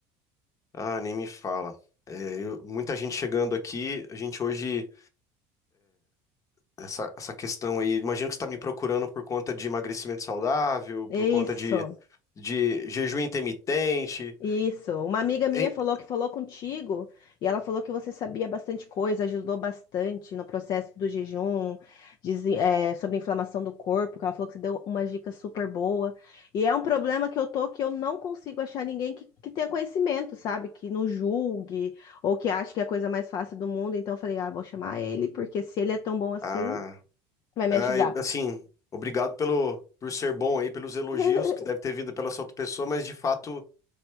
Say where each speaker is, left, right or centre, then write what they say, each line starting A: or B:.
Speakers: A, on the left (about 35°); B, on the left (about 50°).
A: Ah, nem me fala. É, eu- muita gente chegando aqui. A gente hoje, essa, essa questão aí, imagino que você está me procurando por conta de emagrecimento saudável,
B: É
A: por conta
B: isso.
A: de, de jejum intermitente.
B: Isso. Uma amiga minha
A: E-
B: falou que falou contigo e ela falou que você sabia bastante coisa, ajudou bastante no processo do jejum, diz, é, sobre a inflamação do corpo, que ela falou que você deu uma dica super boa. E é um problema que eu tô que eu não consigo achar ninguém que, que tenha conhecimento, sabe? Que não julgue ou que ache que é a coisa mais fácil do mundo. Então eu falei, ah, vou chamar ele, porque se ele é tão bom assim,
A: ah,
B: vai me
A: ah,
B: ajudar.
A: e, assim, obrigado pelo, por ser bom aí, pelos elogios
B: <laughs>
A: que deve ter vindo pela sua outra pessoa, mas de fato.